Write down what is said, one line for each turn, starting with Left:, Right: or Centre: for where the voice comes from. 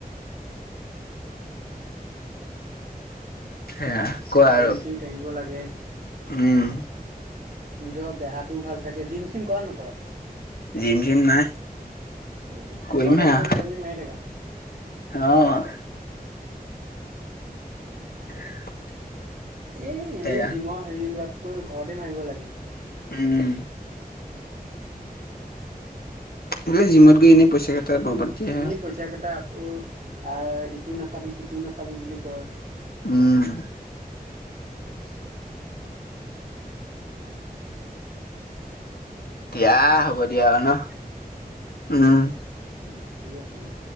Left: সেয়া। কোৱা
Right: অলপ
Left: আৰু
Right: দৌৰি চৰি থাকিব লাগে।
Left: উম।
Right: নিজৰ দেহাটোও ভাল থাকে জিম-চিম কৰা নকৰা?
Left: জিম চিম নাই
Right: অ',
Left: কৰিমহে
Right: ঘৰতে থাকো
Left: আৰু
Right: কিবা-কিবি মাৰি থকা।
Left: অ'। <unintelligible>
Right: এই এনেই
Left: সেয়া
Right: জিমৰ হেৰি লোৱাতকৈ ঘৰতে মাৰিব লাগে।
Left: উম। এনে জিমত গৈ এনেই পইচা কেইটা বৰবাদ। দিয়ে
Right: এনেই পইচা কেইটা আকৌ আহ ইটো নাখাবি সিটো নাখাবি বুলি কয়।
Left: উম। দিযয়া হ'ব দিয়া আৰু ন উম।
Right: উম, ঠিকে আছে দিয়া।